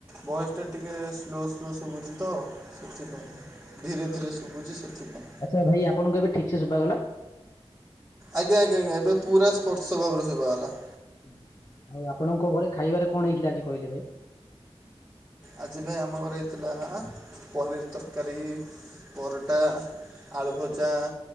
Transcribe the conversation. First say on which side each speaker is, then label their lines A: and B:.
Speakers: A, on the right (about 25°); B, on the left (about 45°).
A: ଭଏସ୍ ଟା ଟିକେ ସ୍ଲୋ ସ୍ଲୋ ଶୁଭୁଛି ତ ସେଥିପାଇଁ
B: ଶବ୍ଦ
A: ଧୀରେ ଧୀରେ ଶୁଭୁଛି ସେଥିପାଇଁ।
B: ଆଚ୍ଛ ଭାଇ ଆପଣଙ୍କୁ ଏବେ ଠିକ୍ ସେ ଶୁଭାଗଲା।
A: ଆଜ୍ଞା ଆଜ୍ଞା ଆଜ୍ଞା ଏବେ ପୁରା ସ୍ପଷ୍ଟ ଭାବରେ ଶୁଭା ଗଲା।
B: ଭାଇ ଆଉ ଆପଣଙ୍କ ଘରେ ଖାଇବାରେ କଣ ହେଇଥିଲା ଆଜି କହିଲେ ଭାଇ।
A: ଆଜି ଭାଇ ଆମ ଘର ହେଇଥିଲା ପନିର୍ ତରକାରୀ ପରଟା ଆଳୁ ଭଜା